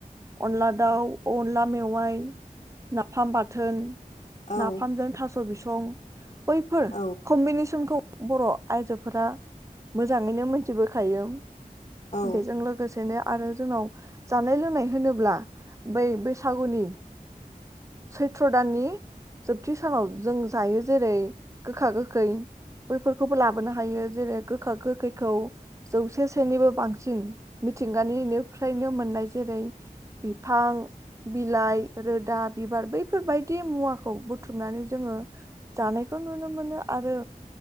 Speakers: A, on the right (about 20°); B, on the left (about 45°).
A: अनला दाउ अनला मेवाइ नाफाम बाथोन
B: औ
A: नाफामजों थास स बिसं बैफोर
B: औ
A: कम्बिनेसनखौ बर' आइजोफोरा मोजाङैनो मोनथिबोखायो
B: औ
A: बेजों लोगोसेनो आरो जोंनाव जानाय लोंनाय होनोब्ला बै बैसागुनि सैथ्र दाननि जोबथि सानाव जों जायो जेरै गोखा गोखै बैफोरखौबो लाबोनो हायो जेरै गोखा गोखैखौ जौ से सेनिबो बांसिन मिथि थिंगानिनिफ्रायनो मोननाय जेरै बिफां बिलाइ रोदा बिबार बैफोरबायदि मुवाखौ बुथुमनानै जोङो जानायखौ नुनो मोनो आरो